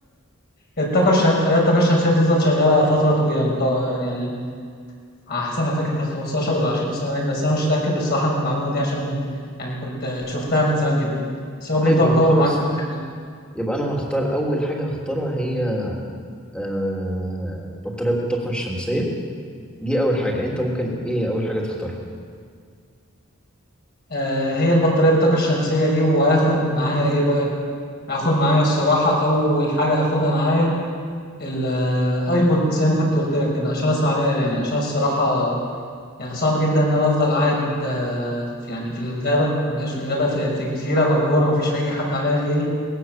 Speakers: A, on the left; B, in the centre.
A: الطاقة الش... خلايا الطاقة الشمسية بتفضل شغالة فترة طويلة بتاع- يعني على حسب ما فاكر كان 15 ولا 20 سنة باين بس أنا مش متأكد الصراحة من المعلومة دي عشان يعني كنت آه، شفتها من زمان جدا بس هو بيفضل
B: طيب يبقى
A: مطول
B: خلاص
A: معاك حبة حلوين
B: يبقى انا هختار اول حاجة هختارها هي آه... بطارية بالطاقة الشمسية دي اول حاجه انت ممكن ايه اول حاجه تختارها
A: آه، هي البطارية بالطاقة الشمسية دي وهاخد معايا إيه بقى؟ هاخد معايا الصراحة أول حاجة هاخدها معايا الايبود زي ما كنت قلت لك كده عشان اسمع عليها يعني عشان الصراحة يعني صعب جدا ان انا افضل قاعد آه، في- يعني في الغابه مش في الغابه في, في جزيره مجهوله ما فيش اي حد عليها غيري